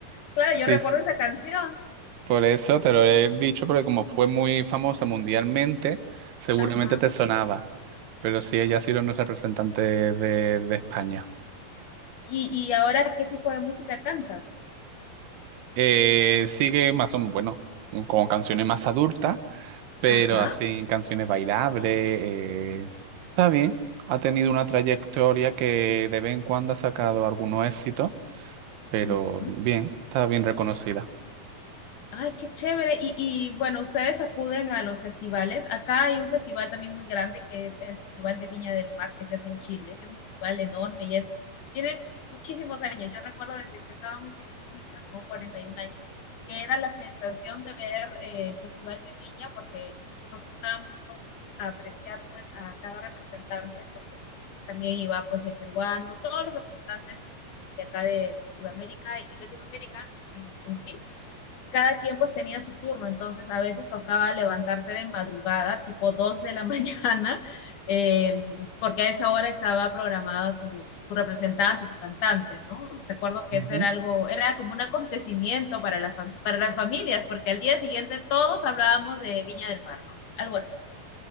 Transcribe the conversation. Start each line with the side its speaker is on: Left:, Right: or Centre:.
Left: Claro,
Right: sí,
Left: yo recuerdo esa canción.
Right: Por eso te lo he dicho, porque como fue muy famosa mundialmente, seguramente
Left: Ajá.
Right: te sonaba. Pero sí, ella ha sido nuestra representante de, de España.
Left: ¿Y, y ahora qué tipo de música canta?
Right: Eh, sigue más o menos, bueno, con canciones más adultas, pero
Left: Ajá.
Right: así canciones bailables. eh, Está bien, ha tenido una trayectoria que de vez en cuando ha sacado algunos éxitos, pero
Left: Ujú.
Right: bien, está bien reconocida.
Left: Ay, qué chévere. Y, y bueno, ustedes acuden a los festivales. Acá hay un festival también muy grande que es el Festival de Viña del Mar que se hace en Chile, que es un festival enorme y es, tiene muchísimos años. Yo recuerdo desde que estaba muy pequeñita, como 41 años, que era la sensación de ver eh, el Festival de Viña porque nos juntábamos todos a apreciar pues a cada representante, porque también iba pues el peruano, todos los representantes de acá de Sudamérica y Latinoamérica en, en sí cada quien pues tenía su turno, entonces a veces tocaba levantarte de madrugada, tipo 2 de la <laughs> mañana, eh, porque a esa hora estaba programado tu, tu representante, tu cantante, ¿no? Recuerdo que
Right: Ujú.
Left: eso era algo, era como un acontecimiento para las, para las familias, porque al día siguiente todos hablábamos de Viña del Mar, ¿no? Algo así.